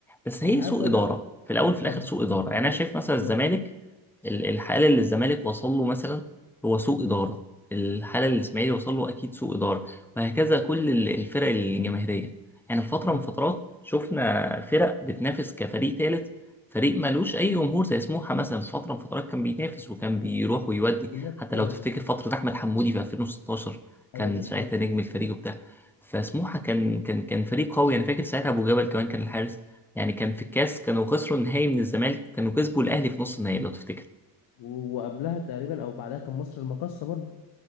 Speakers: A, in the centre; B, on the left.
A: بس
B: مش
A: هي
B: عارف
A: سوء
B: بقى
A: اداره
B: ده
A: في الاول في الاخر
B: طب
A: سوء اداره يعني
B: <laughs>
A: انا شايف مثلا الزمالك ال- الحاله اللي الزمالك وصل له مثلا هو سوء اداره الحاله اللي الاسماعيلي وصل له اكيد سوء اداره وهكذا كل ال- الفرق الجماهيريه يعني في فتره
B: طب
A: من فترات شفنا فرق بتنافس كفريق ثالث فريق مالوش اي جمهور زي سموحه مثلا في فتره من فترات كان بينافس وكان بيروح ويودي
B: ينافس
A: حتى لو
B: ايوه
A: تفتكر
B: مظبوط
A: فتره احمد حمودي في 2016 كان
B: ايوه مظبوط
A: ساعتها نجم الفريق وبتاع فسموحه كان كان كان فريق قوي انا فاكر ساعتها ابو جبل كمان كان الحارس يعني كان في الكاس كانوا خسروا النهائي من الزمالك كانوا كسبوا الاهلي في نص النهائي لو تفتكر
B: و- وقبلها تقريبا او بعدها كان مصر المقاصه برضو